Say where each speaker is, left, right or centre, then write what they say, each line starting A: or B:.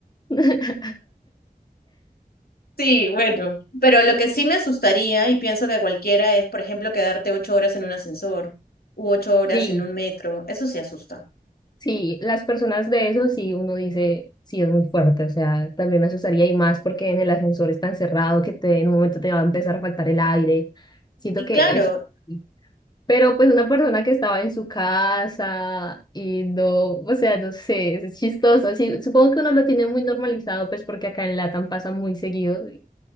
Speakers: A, on the left (about 25°); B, on the left (about 75°).
A: <laughs>
B: Sí, bueno. Pero lo que sí me asustaría, y pienso que a cualquiera, es, por ejemplo, quedarte ocho horas en un ascensor u ocho horas
A: Sí,
B: en un metro. Eso sí asusta.
A: sí, las personas de eso sí, uno dice, sí es muy fuerte, o sea, también me asustaría y más porque en el ascensor es tan cerrado que te, en un momento te va a empezar a faltar el aire. Siento
B: Y
A: que
B: claro,
A: eso. sí, Pero pues una persona que estaba en su casa y no, o sea, no sé, es chistoso. Así, supongo que uno lo tiene muy normalizado, pues porque acá en Latam pasa muy seguido y